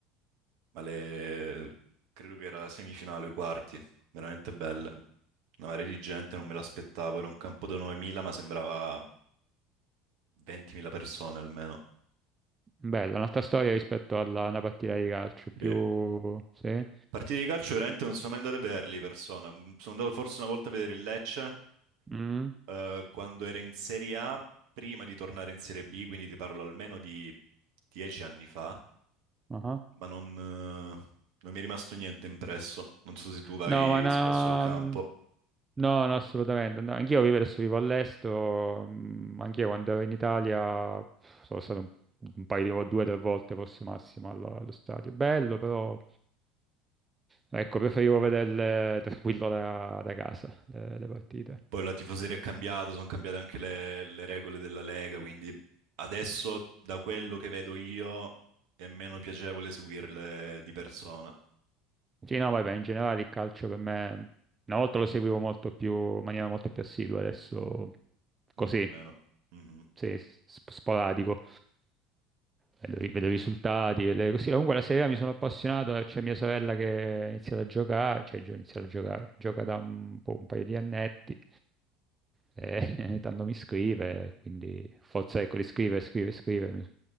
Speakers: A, on the right (about 60°); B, on the right (about 20°).
A: ma le, credo che era la semifinale o i quarti, veramente bella. Una marea di gente, non me l'aspettavo, era un campo da 9.000, ma sembrava 20.000 persone almeno.
B: Bella, un'altra storia rispetto alla una partita di calcio, più...
A: Sì.
B: sì?
A: Partite di calcio veramente non sono mai andato a vederli di persona, sono andato forse una volta a vedere il Lecce
B: Mm,
A: eh, quando era in Serie A, prima di tornare in Serie B, quindi ti parlo almeno di dieci anni fa,
B: ah.
A: ma non, eh, non mi è rimasto niente impresso. Non so se tu vai
B: No, ma no,
A: spesso al campo.
B: no, no, assolutamente. No. Anch'io vivo adesso vivo all'estero, mm, anch'io quando ero in Italia pff, sono stato un, un paio di vo- due o tre volte forse massimo allo, allo stadio. Bello, però ecco, preferivo vederle tranquillo da, da casa, le, le partite.
A: Poi la tifoseria è cambiata, sono cambiate anche le, le regole della Lega, quindi adesso da quello che vedo io è meno piacevole seguirle di persona,
B: Sì, no, vabbè, in generale il calcio per me, una volta lo seguivo molto più, in maniera molto più assidua, adesso così,
A: un po' meno. Mhm.
B: sì, sp- sporadico. Vedo, i vedo i risultati, vedo le- così. Comunque la Serie A mi sono appassionato, eh, c'è mia sorella che ha iniziato a giocare, cioè gio- ha iniziato a giocare, gioca da un, po', un paio di annetti, e <laughs> tanto mi scrive, quindi forza ecco di scrivere, scrivere, scrivere, mi- so,